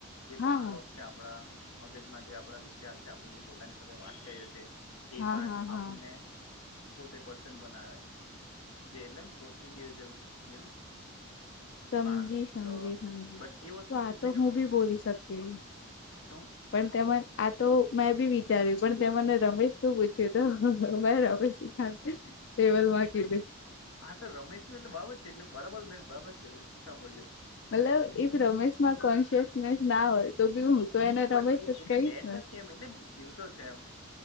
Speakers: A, on the left (about 85°); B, on the left (about 55°).
A: જે
B: હા
A: મોનાલોક છે આપણા મગજમાં જે આપણા વિચાર છે આપણે જે પોતાની સાથે વાત કરીએ છીએ તે
B: હા
A: પાઠ
B: હા હા
A: આપૂરને પોતે પર્સન બનાવે જે એટલે ઇન્ડિવિજુઅલ યુ
B: સમજી
A: માણસ
B: સમજી
A: તો
B: સમજી
A: બટ એ વસ્તુ
B: તો આતો
A: ફિઝિકલ
B: હું
A: નથી
B: ભી બોલી શકતી હ
A: શું
B: પણ તે આ તો મેં બી વિચાર્યું પણ તે મને રમેશ શું પૂછ્યું તો રમેશ હ દેવલ માકી
A: હા તો રમેશ ન એટલે બાબત છે એટલે બરાબર મેં બારબર કર સાંભળજો
B: મતલબ
A: એટલે
B: એ રમેશમાં કોન્શિયસનેસ ના હોય તો બી તો
A: નઈ
B: એને
A: પણ
B: રમેશ
A: એ
B: જ
A: એટલે
B: કહીશ
A: ડેડ
B: ને
A: નથી એમ એટલે જીવતો છે એમ